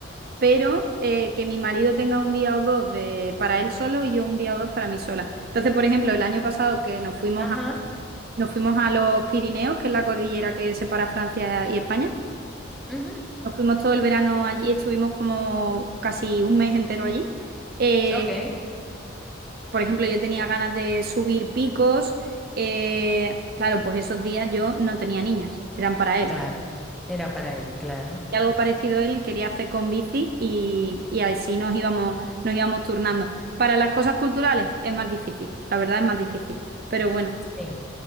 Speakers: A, on the right; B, in the centre.
A: pero eh, que mi marido tenga un día o dos de, para él solo y yo un día o dos para mí sola. Entonces, por ejemplo, el año pasado que nos fuimos
B: ajá,
A: a, nos fuimos a los Pirineos, que es la cordillera que separa Francia y España,
B: ujú,
A: nos fuimos todo el verano allí, estuvimos como casi un mes entero allí. Eh,
B: ok,
A: por ejemplo, yo tenía ganas de subir picos. eh, claro, pues esos días yo no tenía niñas, eran para él.
B: claro, era para él, claro.
A: Y algo parecido él quería hacer con bici y, y así nos íbamos, nos íbamos turnando. Para las cosas culturales es más difícil, la verdad es más difícil. Pero bueno,
B: Sí.